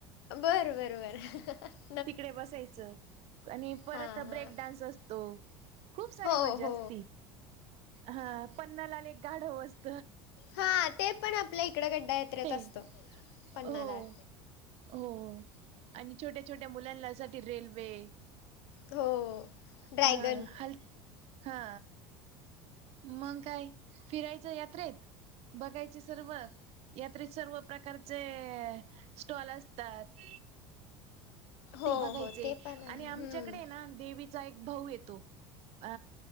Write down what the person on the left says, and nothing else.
बरं बरं बरं
हां
हां
हो
हो
हा ते पण आपल्या इकड गड्ड्या यात्रेत
असतो पन्नालाल
हो ड्रॅगन
हो
हो ते पण आहे
हम्म,